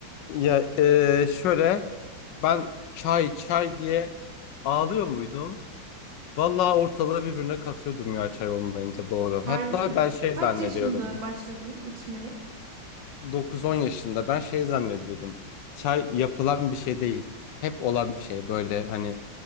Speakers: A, on the left; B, on the right.
A: Ya eee, şöyle ben çay çay diye ağlıyor muydum? Vallahi ortalığı birbirine katıyordum ya çay olmayınca doğru.
B: Harbi
A: Hatta
B: mi?
A: ben şey
B: Kaç
A: zannediyordum.
B: yaşında başladın içmeye?
A: 9-10 yaşında ben şey zannediyordum. Çay yapılan bir şey değil. Hep olan bir şey böyle hani